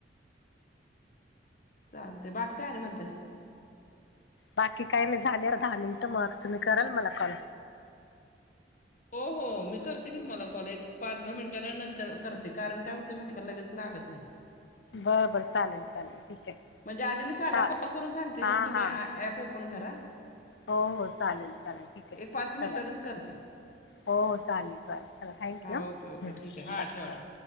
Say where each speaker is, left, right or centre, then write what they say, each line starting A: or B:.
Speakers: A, on the left; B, on the left.
A: चालते बाट काय ना म्हणतय
B: बाकी काही नाही झाले दहा मिनिट मह तुम्ही कराल मला कॉल
A: हो हो मी करते की तुम्हाला कॉल एक पाच दहा मिनिटां नंतर करते कारण काय होते माहिती का लगेज ला लागत नाही
B: बर बर चालेल चालेल ठीक आहे
A: म्हणजे आधी मी साधा
B: हा
A: कॉल करून सांगते
B: हा
A: मग तुम्ही
B: हा
A: ऍप ओपन करा
B: हो हो चालेल चालेल ठीक आहे
A: एक पाच मिनिटातच
B: चला
A: करते.
B: हो चालेल चालेल चाला थँक्यू
A: हां, ओके, ओके.
B: बाय
A: ठीक आहे. हां, ठेवा, ठेवा.